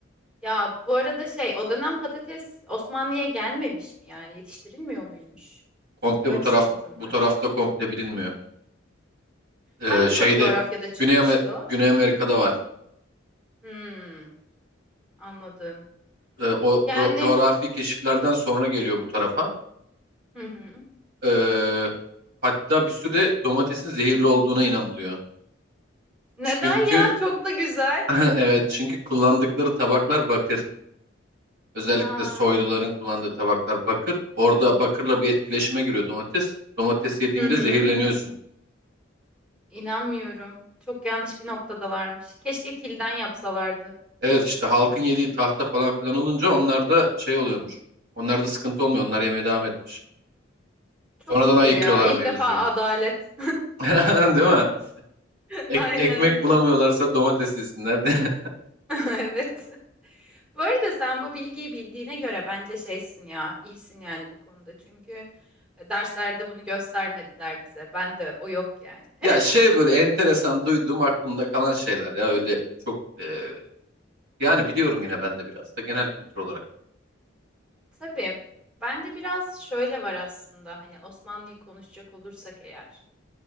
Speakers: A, in the centre; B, on the right (about 60°).
A: Ya bu arada şey o dönem patates Osmanlı'ya gelmemiş mi yani yetiştirilmiyor muymuş?
B: Komple
A: Böyle
B: bu taraf
A: bir sıkıntım
B: bu
A: var.
B: tarafta komple bilinmiyor. Ee,
A: Hangi
B: şeyde
A: bö- coğrafyada çıkmıştı
B: Güney, Amer-
A: o?
B: Güney Amerika'da var.
A: Hmm, anladım.
B: Ee, o
A: Yani
B: co- coğrafi keşiflerden sonra geliyor bu tarafa.
A: hı hı.
B: Ee, hatta bir süre domatesin zehirli olduğuna inanılıyor.
A: Neden
B: Çünkü
A: ya? Çok da güzel.
B: <laughs> evet çünkü kullandıkları tabaklar bakır. Özellikle
A: Aa.
B: soyluların kullandığı tabaklar bakır. Orada bakırla bir etkileşime giriyor domates. Domates yediğinde
A: Hı hı.
B: zehirleniyorsun.
A: İnanmıyorum. Çok yanlış bir noktadalarmış. Keşke kilden yapsalardı.
B: Evet işte halkın yediği tahta falan filan olunca onlarda şey oluyormuş. Onlarda sıkıntı olmuyor. Onlar yemeye devam etmiş.
A: Çok
B: Sonradan
A: şükür
B: ayıkıyorlar
A: ya. İlk
B: mevzuyu.
A: defa adalet.
B: <laughs> Değil mi?
A: <laughs>
B: Ek-
A: Aynen
B: ekmek
A: ilk
B: bulamıyorlarsa
A: defa.
B: domates yesinler. <laughs>
A: <laughs> Evet. Bu arada sen bu bilgiyi bildiğine göre bence şeysin ya. iyisin yani bu konuda. Çünkü e, derslerde bunu göstermediler bize. Ben de o yok yani. <laughs>
B: Ya şey böyle enteresan duyduğum aklımda kalan şeyler ya öyle çok e, yani biliyorum yine ben de biraz da genel kültür olarak.
A: Tabii. Ben de biraz şöyle var aslında. Hani Osmanlı'yı konuşacak olursak eğer.